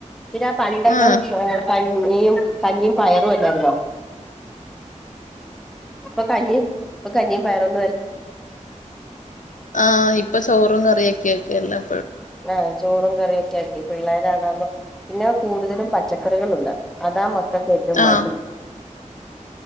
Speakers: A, in the centre; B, on the left.
A: പിന്നെ ആ പണ്ടൊക്കെ
B: ആഹ്
A: ചോറായി <unintelligible> യും കഞ്ഞിയും പയറും അല്ലാരുന്നോ ഇപ്പൊ കഞ്ഞിയും ഇപ്പോ കഞ്ഞിയും പയറും
B: ആ ഇപ്പൊ ചോറും കറിയൊക്കെ ഒക്കെ എല്ലാം
A: ആഹ് ചോറും കറിയൊക്കെ ആക്കി പിള്ളേ അതാവുമ്പോ പിന്നെ കൂടുതലും പച്ചക്കറികളുണ്ട് അതാ മക്ക ഏറ്റവും
B: ആഹ്
A: മടി